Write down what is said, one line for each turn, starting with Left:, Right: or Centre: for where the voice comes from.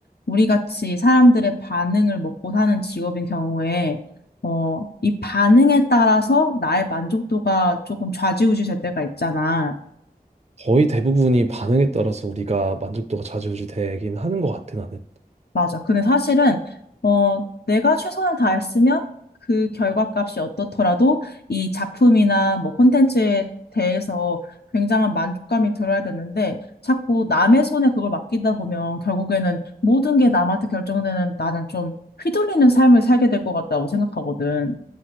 Left: 우리 같이 사람들의 반응을 먹고 사는 직업인 경우에, 어, 이 반응에 따라서 나의 만족도가 조금 좌지우지 될 때가 있잖아.
Right: 거의 대부분이 반응에 따라서 우리가 만족도가 좌지우지 되긴 하는 것 같아 나는.
Left: 맞아. 근데 사실은, 어, 내가 최선을 다했으면 그 결과값이 어떻더라도 이 작품이나 뭐 콘텐츠에 대해서 굉장한 만족감이 들어야 되는데 자꾸 남의 손에 그걸 맡기다 보면 결국에는 모든 게 남한테 결정되는 나는 좀 휘둘리는 삶을 살게 될 것 같다고 생각하거든.